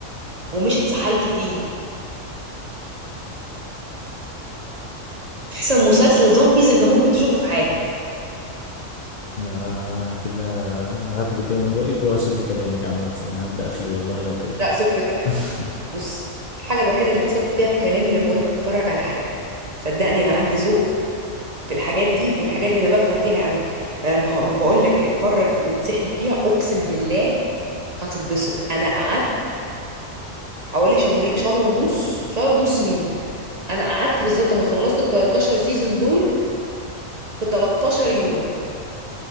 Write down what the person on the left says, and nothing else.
آه كده هاخد الكلمة من بقك وهثق في كلامك عامة هبدأ فيه والله لو كده
<laughs>